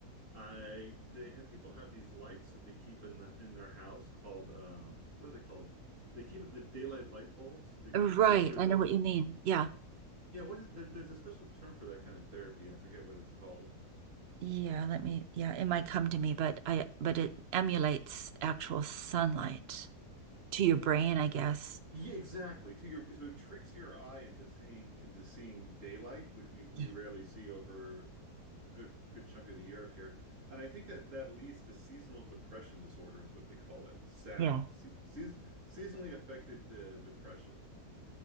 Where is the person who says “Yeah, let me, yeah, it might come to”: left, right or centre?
Right